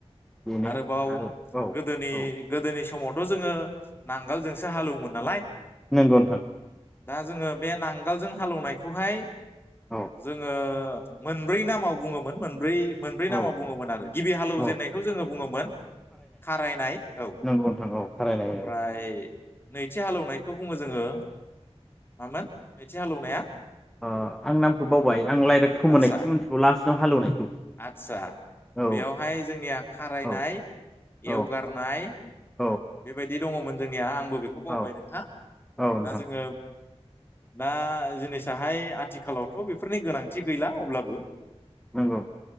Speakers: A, in the centre; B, on the left.
A: बेनो
B: आरोबाव
A: आरो औ
B: गोदोनि
A: औ
B: गोदोनि समाव थ' जोङो नांगोलजोंसो हालेवोमोन नालाय
A: नंगौ नोंथां।
B: दा जोङो बे नांगोलजों हालौवनायखौहाय
A: औ
B: जोङो मोनब्रै नामाव बुङोमोन मोनब्रै मोनब्रै
A: औ
B: नामाव बुङोमोन आरो गिबि हालौवजेननायखौ
A: औ
B: जोङो बुङोमोन खारायनाय औ
A: नंगौ नोंथां औ खारायनाय
B: ओमफ्राय नैथि हालेवनायखौ बुङो जोङो। मामोन नैथि हालेवनाया
A: आं नामखौ बावबाय आं दायरेक फोमोननायखौसो
B: आदसा
A: मिथिगौ लास्टाव हालेवनायखौ
B: आदसा
A: औ
B: बेयावहाय जोंनिया खारायनाय
A: औ
B: एवगारनाय
A: औ।
B: बेबायदि दङमोन जोंनिया आंबो बेखौ बावबाय
A: औ
B: नोंथां
A: औ नोंथां
B: दा जोङो दा जिनिसाहाय आथिखालावथ' बेफोरनि गोनांथि गैला अब्लाबो
A: नंगौ।